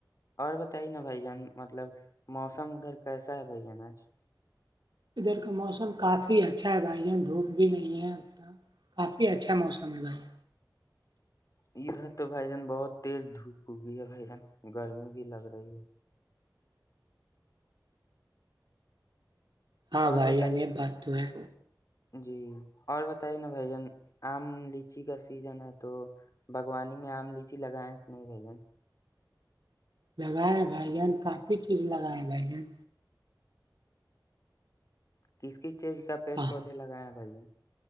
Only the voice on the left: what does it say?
اور بتائیے نا بھائی جان مطلب موسم ادھر کیسا ہے بھائی جان آج <inaudible>
ادھر تو بھائی جان بہت تیز دھوپ ہوگی ہے بھائی جان گرمی بھی لگ رہی ہے
اور
بتائیے
جی اور بتائیے نا بھ جن آم لیچی کا سیزن ہے تو باغوانی میں آم لیچی لگائائےیں کہ نہیں بھجن
کس <inaudible> کس چیز کا پیڑ
پودے لگائے ہیں بھائی ج